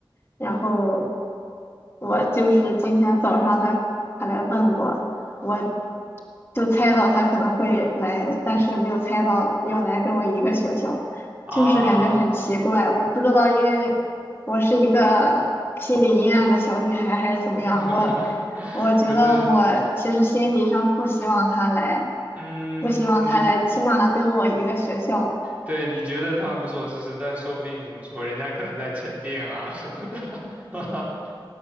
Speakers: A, on the left (about 25°); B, on the right (about 15°).
A: 然后我就是今天早上他他来问我，我就猜到他可能会来，但是没有猜到要来跟我一个学校，
B: 啊。
A: 就是感觉很奇怪，我不知道，因为我是一个心理阴暗的小女孩还是怎么样，
B: <laughs>
A: 我我觉得我其实心理上不希望他来，
B: 不是，嗯嗯你
A: 不希望他来，起码跟我一个学校，
B: 对你觉得他无所事事，但说不定怎么说，人家可能在沉淀啊什么的，<laughs> 哈哈